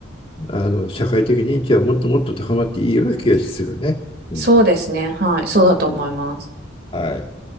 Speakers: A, on the left; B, on the right.
A: あ、あの社会的認知はもっともっと高まっていいような気がするね。うん、
B: そうですね。はい。そうだと思います。
A: うんはい。